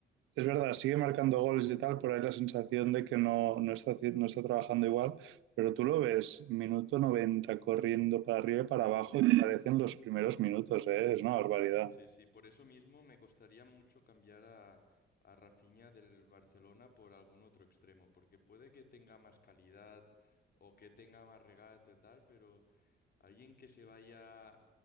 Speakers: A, on the right (about 80°); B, on the left (about 50°).
A: es verdad, sigue marcando goles y tal, por ahí la sensación de que no, no, está, no está trabajando igual, pero tú lo ves, minuto 90 corriendo para arriba y para
B: Sí,
A: abajo y te parecen los primeros minutos, ¿eh? es una barbaridad.
B: sí, sí. Por eso mismo me costaría mucho cambiar a, a Rafinha del Barcelona por algún otro extremo, porque puede que tenga más calidad o que tenga más regate y tal, pero Alguien que se vaya